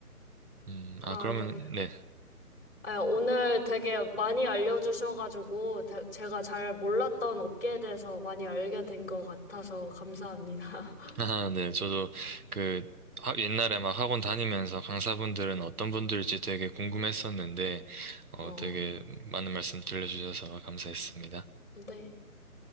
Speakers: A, on the right; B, on the left.
A: 음, 아,
B: 아,
A: 그러면,
B: 네.
A: 네.
B: 아, 오늘 되게 많이 알려주셔가지고 대- 제가 잘 몰랐던 업계에 대해서 많이 알게 된 것 같아서 감사합니다. <laughs>
A: 아, 네. 저도 그 하- 옛날에 막 학원 다니면서 강사분들은 어떤 분들일지 되게 궁금했었는데, 어,
B: 어,
A: 되게 많은 말씀 들려주셔서 감사했습니다.
B: 네.